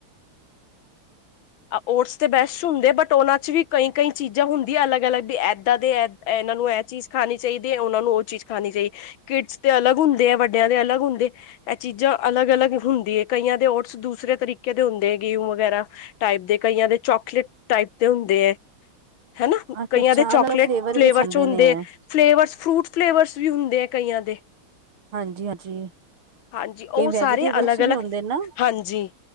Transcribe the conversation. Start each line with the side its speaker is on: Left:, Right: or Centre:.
Left: ਓਟਸ ਤੇ ਬੈਸਟ ਹੁੰਦੇ ਬਟ ਉਹਨਾਂ ਚ ਵੀ ਕਈ ਕਈ ਚੀਜ਼ਾਂ ਹੁੰਦੀਆਂ ਅਲੱਗ ਅਲੱਗ ਵੀ ਏਦਾਂ ਦੇ ਇਨਾਂ ਨੂੰ ਇਹ ਚੀਜ਼ ਖਾਣੀ ਚਾਹੀਦੀ ਹੈ ਉਨਾਂ ਨੂੰ ਉਹ ਚੀਜ਼ ਖਾਣੀ ਚਾਹੀਦੀ। ਕਿਡਸ ਤੇ ਅਲੱਗ ਹੁੰਦੇ ਆ ਵੱਡਿਆਂ ਦੇ ਅਲੱਗ ਹੁੰਦੇ ਇਹ ਚੀਜ਼ਾਂ ਅਲੱਗ ਅਲੱਗ ਹੁੰਦੀ ਹੈ ਕਈਆਂ ਦੇ ਓਟਸ ਦੂਸਰੇ ਤਰੀਕੇ ਦੇ ਹੁੰਦੇ ਹੈ ਗੇਹੂ ਵਗੈਰਾ ਟਾਈਪ ਦੇ ਕਈਆਂ ਦੇ ਚੋਕਲੇਟ ਟਾਈਪ ਦੇ ਹੁੰਦੇ ਆ ਹਨਾ
Right: ਅੱਛਾ,
Left: ਕਈਆਂ
Right: ਅੱਛਾ
Left: ਦੇ ਚੋਕਲੇਟ
Right: ਅਲੱਗ ਅਲੱਗ
Left: ਫਲੇਵਰ
Right: ਵਿੱਚ ਆਂਦੇ
Left: ਚ ਹੁੰਦੇ
Right: ਨੇ ਐ
Left: ਫਲੇਵਰਸ ਫਰੂਟ ਫਲੇਵਰਸ ਵੀ ਹੁੰਦੇ ਕਈਆਂ ਦੇ।
Right: ਹਾਂਜੀ-ਹਾਂਜੀ।
Left: ਹਾਂਜੀ
Right: ਕਈ
Left: ਉਹ ਸਾਰੇ
Right: ਵੈਜੀਟੇਬਲਸ
Left: ਅਲੱਗ-ਅਲੱਗ
Right: ਵੀ ਹੁੰਦੇ ਨਾ,
Left: ਹਾਂਜੀ